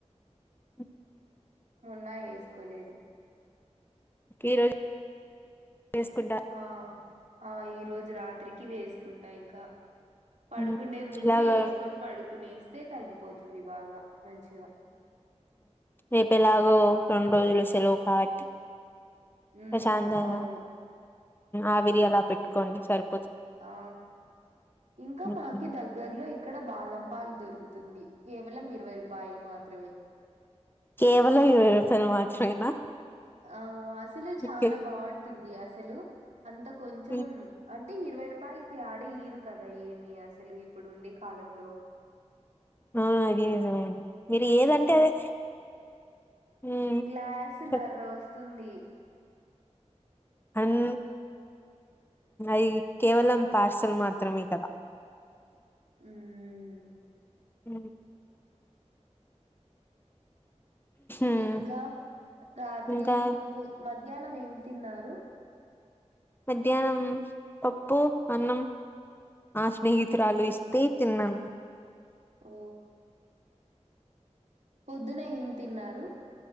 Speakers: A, on the left; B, on the right.
A: <inaudible>
B: మొన్నా వేసుకోలేదు
A: ఈ రోజు వేసుకుంటా
B: ఆ ఆ ఈ రోజు రాత్రి కి వేసుకుంటా ఇంకా పడుకుండే
A: ఉమ్
B: ముందు
A: ఇలాగా
B: వేసుకొని పడుకునే ఆస్తే తగ్గిపోతు తుంది బాగా మంచిగా
A: రేపు ఎలాగో రెండు రోజులు సెలవు కాబట్టి
B: ఉ
A: ప్రశాంతంగా
B: అవును
A: ఆవిరి అలా పెట్టుకోండి సరిపో
B: ఆ ఇంకా
A: ఉమ్.
B: మాకి దగ్గర్లో ఇ ఇక్కడ బాదం పాలు దొరుకుతుంది కేవలం ఇరవై రూపాయలు మాత్రమే
A: కేవలం ఇరవై రూపాయలు మాత్రమేనా
B: ఆ అసలు చాలా
A: ఓకే
B: బాగుంటుంది అసలు అంత కొంచెం
A: ఉమ్,
B: అ అంటే ఇరవై రూపాయలకి ఆడ ఈరు కదా ఏమి అసలు ఇప్పుడు ఉండే కాలంలో
A: ఆ అది నిజమే మీరు ఏదంటే అదే ఉమ్
B: గ్లాసు
A: చెప్
B: నర్రోస్తుంది
A: ఆన్ ఐ కేవలం పార్సల్ మాత్రమే కదా
B: మామ్
A: అ ఉమ్,
B: ఇంకా రాత్రి
A: ఇంకా
B: పో మధ్యాహ్నం ఏం తిన్నారు
A: మధ్యాహ్నం పప్పు అన్నం నా స్నేహితురాలు ఇస్తే తిన్నాను
B: ఓ పొద్దునే ఏం తిన్నారు